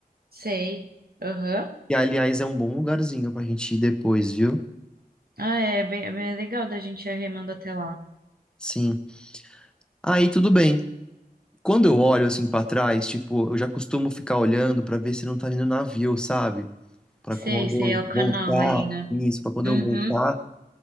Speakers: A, on the right; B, in the centre.
A: Sei. Aham.
B: Que, aliás, é um bom lugarzinho pra gente ir depois, viu?
A: Ah, é bem, é bem legal da gente ir remando até lá.
B: Sim. Aí tudo bem. Quando eu olho assim pra trás, tipo, eu já costumo ficar olhando pra ver se não tá vindo navio, sabe? para quando
A: Sei, sei,
B: eu
A: é o canal
B: voltar,
A: ali, né?
B: isso, para quando
A: Uhum.
B: eu voltar,